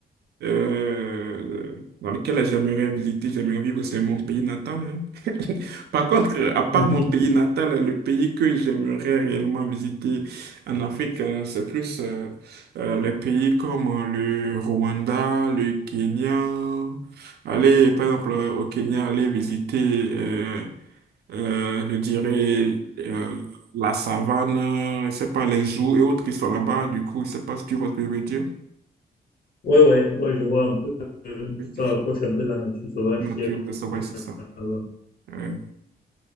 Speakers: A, on the right; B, on the left.
A: euh, dans lequel j'aimerais visiter, j'aimerais vivre, c'est mon pays natal. hein. <laughs> Par contre, euh, à part
B: <laughs> Mhm.
A: mon pays natal, le pays que j'aimerais réellement visiter en Afrique, euh, c'est plus euh, euh, les pays comme euh, le Rwanda, le Kenya. Aller, par exemple, euh, au Kenya, aller visiter, euh, euh, je dirais, euh, la savane, euh, je sais pas, les jours et autres qui sont là-bas. Du coup, je sais pas si tu vois ce que je veux dire.
B: Ouais, ouais, ouais, je vois un peu, euh,
A: Oui.
B: ça rapproche un peu de la nature sauvage
A: Nature,
B: qui est
A: c'est ça, ouais, c'est ça.
B: là-bas.
A: Euh,